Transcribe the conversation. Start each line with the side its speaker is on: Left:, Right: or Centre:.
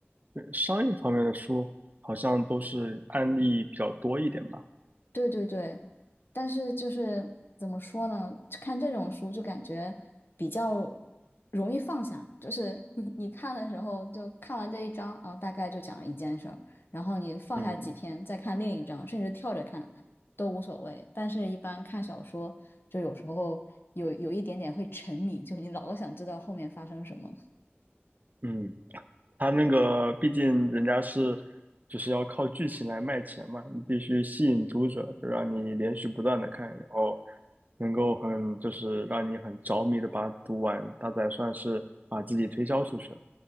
Right: 商业方面的书好像都是案例比较多一点吧。
Left: 对对对，但是就是怎么说呢？看这种书就感觉比较容易放下，就是你你看的时候就看完这一章啊，大概就讲一件事儿，然后你放下几天再看另一章，
Right: 嗯
Left: 甚至跳着看都无所谓。但是，一般看小说就有时候有有一点点会沉迷，就你老想知道后面发生什么。
Right: 嗯，他那个毕竟人家是就是要靠剧情来卖钱嘛，你必须吸引读者，就让你连续不断的看，然后能够很就是让你很着迷的把它读完，它才算是把自己推销出去了。